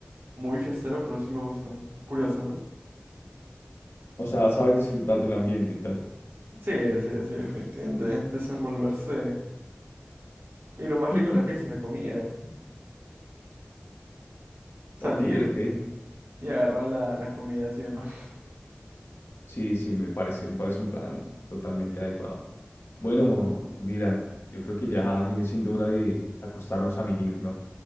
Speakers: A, on the right; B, on the left.
A: muy fiestero, pero sí me gustan. Curioso, ¿no?
B: O sea, sabes disfrutar del ambiente y tal. <clears throat>
A: Sí, sí, sí, definitivamente. Desenvolverse. Y lo más
B: <laughs>
A: rico de la fiesta es la comida. Salir
B: Ok, ok.
A: y agarrar la, la comida, ¿sí o no? <laughs>
B: Sí, sí, me parece, me parece un plan totalmente adecuado. Bueno, Dylan, yo creo que ya viene siendo hora de acostarnos a mimir, ¿no?